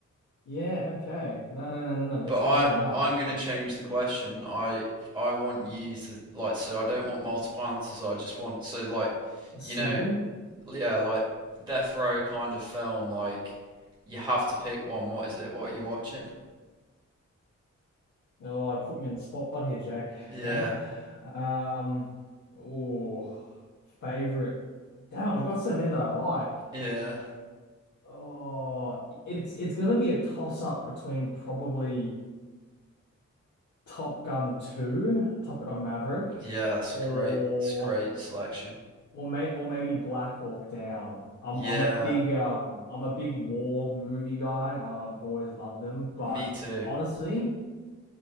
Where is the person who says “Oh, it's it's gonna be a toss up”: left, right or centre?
Left